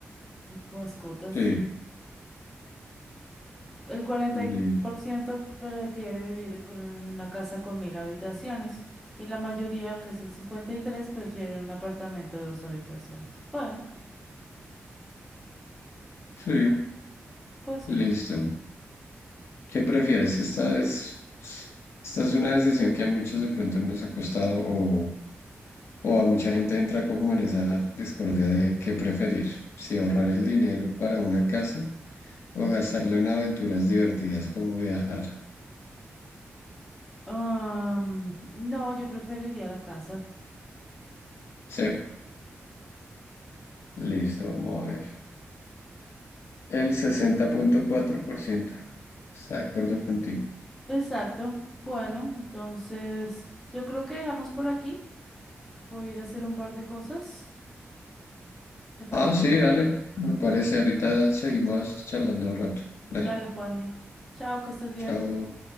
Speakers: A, in the centre; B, on the left (about 70°).
A: mascotas.
B: Sí.
A: El cuarenta y uno
B: Li-
A: por ciento prefiere vivir con una casa con mil habitaciones y la mayoría, que es el 53, prefiere un apartamento de dos habitaciones. Bueno,
B: sí.
A: pues sí.
B: Listo. ¿Qué prefieres? Esta es, esta es una decisión que a muchos de pronto nos ha costado o O a mucha gente entra como en esa discordia de qué preferir, si ahorrar el dinero para una casa o gastarlo en aventuras divertidas como viajar.
A: Am, no, yo preferiría la casa.
B: Sí, listo, vamos a ver. El sesenta punto cuatro por ciento está de acuerdo contigo.
A: Exacto. Bueno, entonces yo creo que dejamos por aquí. Voy a ir a hacer un par de cosas. ¿Te parece
B: Ah, sí,
A: bien?
B: dale, me parece. Ahorita seguimos charlando al rato. Dale,
A: Dale, Juandi. Chao, que estés bien.
B: chao.